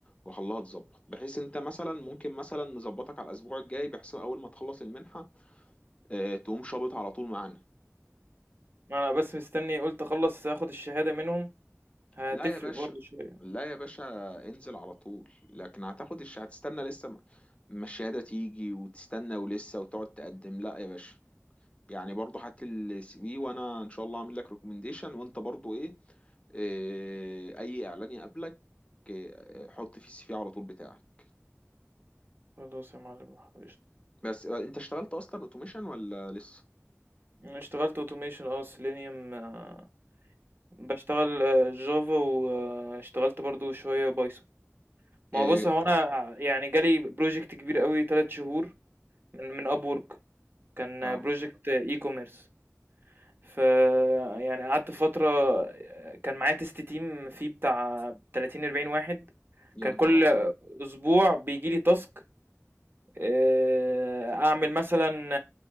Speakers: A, on the left (about 25°); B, on the right (about 45°).
A: وخليها تظبط بحيث انت مثلا ممكن مثلا نظبطك على الاسبوع الجاي بحيث اول ما تخلص المنحه آه، تقوم شابط على طول معانا
B: انا بس مستني قلت اخلص اخد الشهادة منهم هتفرق
A: لا يا باشا
B: برضه شوية
A: لا يا باشا انزل على طول لكن هتاخد الش... هتستنى لسه ما ما الشهادة تيجي وتستنى ولسه وتقعد تقدم لا يا باشا يعني برضه هات لي السي في وانا ان شاء الله هعمل لك ريكومنديشن وانت برضه ايه, إيه اي اعلان يقابلك إيه حط فيه السي في على طول بتاعك
B: خلاص يا معلم قشطة.
A: بس آه، انت اشتغلت اصلا اوتوميشن ولا لسه
B: انا اشتغلت اوتوميشن اه سيلينيوم آه، بشتغل آه، جافا واشتغلت برضه شوية بايثون ما
A: إيه
B: هو بص هو انا يعني جالي بروجكت كبير قوي تلات شهور من من اب وورك كان
A: اه
B: بروجكت اي كوميرس فيعني قعدت فترة كان معايا تيست تيم فيه بتاع 30 40 واحد
A: يا
B: كان
A: نهار
B: كل
A: ابيض
B: اسبوع بيجي لي تاسك آه، اعمل مثلا